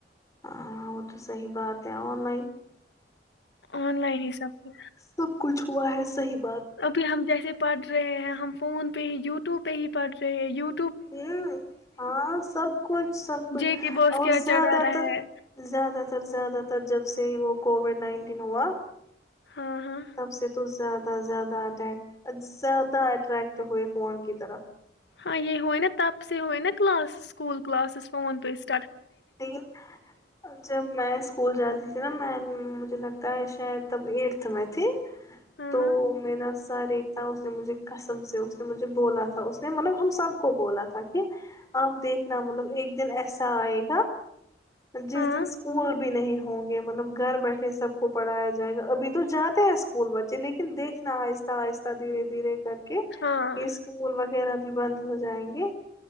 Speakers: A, on the left (about 20°); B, on the left (about 70°).
A: ہاں وہ تو صحی بات ہے اور ل
B: آن لائن حساب سے
A: سب کچھ ہوا ہے صحید
B: ابھی ہم جیسے پ رہے ہیں ہم فون پہ ہی یو ٹیوب پہ ہی پڑھ رہے ہیں یوٹیو
A: ہ ہاں سب کچھ سب کچھ
B: جے کے باس
A: اور
B: کیا
A: زیادہ
B: چڑھا رہا
A: تر
B: ہے
A: زیادہ تر زیادہ تر جب سے وہ کووڈ نائنٹین ہوا
B: ہاں ہاں
A: تب سے تو زیادہ زیادہ اٹیک زیادہٹرٹ ہوئے فون کی طرف
B: ہاں یہ ہوئی نا تاپس ہوئی نا کلاس سکول کلاس فون پ اس
A: لیکن جب میں اسکول جاتی تھی نا میں مجھے لگتا ہے شاید تب ایٹتھ میں تھی
B: ہاں
A: تو
B: ہاں
A: میرا س ر ایک تھا اس نے مجھے کسم سے اس نے مجھے بولا تھا اس نے مطلب ہم سب کو بولا تھا کہ اب دیکھنا مطلب ایک دن ایسا آئے جس
B: ہاں
A: دن اسکول بھی نہیں ہوں گے مطلب گھر بیٹھے سب کو پڑھایا جائے گا ابھی تو جاتے ہیں اسکول بچے لیکن دیکھنا آہستہ آہستہ دھیرے دھیرے کرتے کہ
B: ہاں
A: یہ اسکولول وغیرہ بھی بند ہو جائیں گے